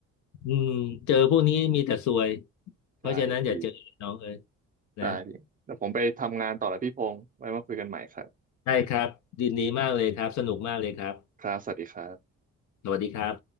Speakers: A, on the left; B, on the right.
A: อืมเจอพวกนี้มีแต่ซวยเพราะฉะนั้นอย่าเจอน้องเอ้ย
B: ใช่พี่ได้พี่แล้วผมไปทำงานต่อแล้วพี่พงษ์ไว้มาคุยกันใหม่ครับ
A: นะได้ครับดีดีมากเลยครับสนุกมากเลยครับ
B: ครับสวัสดีครับ
A: สวัสดีครับ